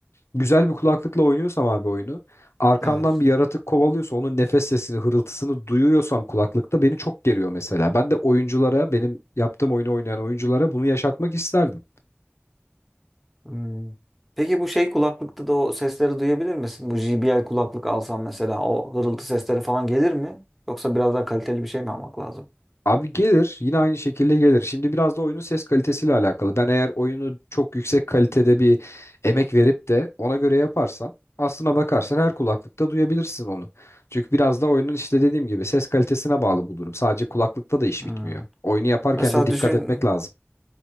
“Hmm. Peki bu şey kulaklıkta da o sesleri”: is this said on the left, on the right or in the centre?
Centre